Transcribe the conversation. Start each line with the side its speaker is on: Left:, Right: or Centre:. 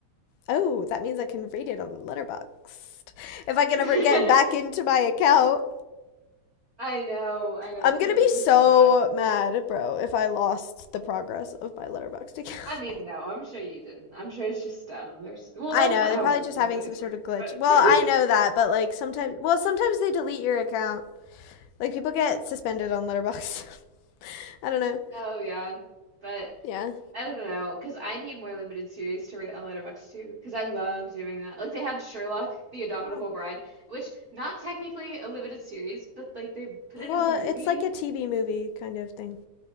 Left: Oh, that means I can read it on Letterboxd. If
Right: <laughs>
Left: I can
Right: I
Left: ever get back into my account,
Right: know, I know,
Left: I'm
Right: that's
Left: gonna
Right: making
Left: be so
Right: me so mad.
Left: mad, bro, if I lost the progress of my Letterboxd account.
Right: I mean, no, I'm sure you didn't. I'm sure it's just down. There's well,
Left: I
Right: that's
Left: know
Right: not
Left: they're
Right: Oh, how
Left: probably just having
Right: websites
Left: some sort
Right: work,
Left: of glitch.
Right: but
Left: Well,
Right: <laughs>
Left: I know that, but like sometimes, well, sometimes they delete your account. Like people get suspended on Letterbox. <laughs> I don't know.
Right: oh yeah, but
Left: Yeah.
Right: I don't know, cause I need more limited series to rate on Letterboxd too, cause I love doing that. Like they had Sherlock, The Indomitable
Left: Oh.
Right: Bride, which not technically a limited series, but like they put
Left: Well,
Right: it as a movie.
Left: it's like a TV movie kind of thing.